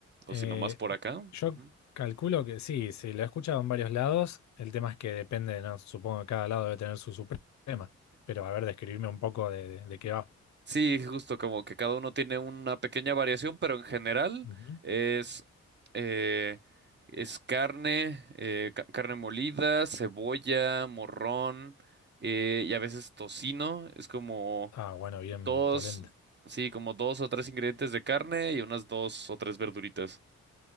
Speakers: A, on the right; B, on the left.
A: o
B: Eh,
A: si nomás por acá. Ujú.
B: yo calculo que sí, sí, lo he escuchado en varios lados. El tema es que depende, ¿no? Supongo que cada lado debe tener su suprema. Pero a ver, describirme un poco de, de- de qué va.
A: Sí, justo como que cada uno tiene una pequeña variación, pero en general
B: Ujú.
A: es, eh, es carne, eh, ca- carne molida, cebolla, morrón eh, y a veces tocino, es como
B: Ah, bueno, bien
A: dos,
B: polenta.
A: sí, como dos o tres ingredientes de carne y unas dos o tres verduritas.